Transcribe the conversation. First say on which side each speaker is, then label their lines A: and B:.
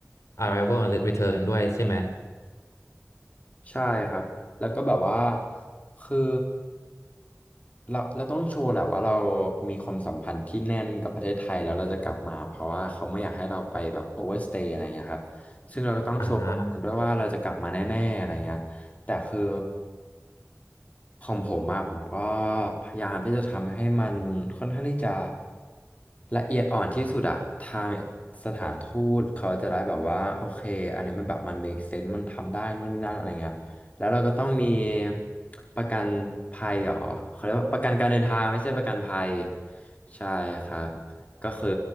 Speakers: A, on the left; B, on the left.
A: arrival and return ด้วยใช่ไหม
B: ใช่ครับแล้วก็แบบว่าคือเราเราต้องโชว์แหละว่าเรามีความสัมพันธ์ที่แน่นกับประเทศไทยแล้วเราจะกลับมาเพราะว่าเขาไม่อยากให้เราไปแบบโอเวอร์สเตย์อะไรเงี้ยครับซึ่งเราก็ต้องโชว์กับมันด้วยว่าเราจะกลับมาแน่ๆอะไรเงี้ย
A: อ่า
B: แต่คือของผมมาผมก็พยายามที่จะทำให้มันค่อนข้างที่จะละเอียดอ่อนที่สุดอะทางสถานทูตเขาจะได้แบบว่าโอเคอันนี้มันแบบมัน make sense มันทำได้นู่นนี่นั่นอะไรเงี้ยแล้วเราก็ต้องมีประกันภัยเหรอเขาเรียกว่าประกันการเดินทางไม่ใช่ประกันภัยใช่ครับก็คือ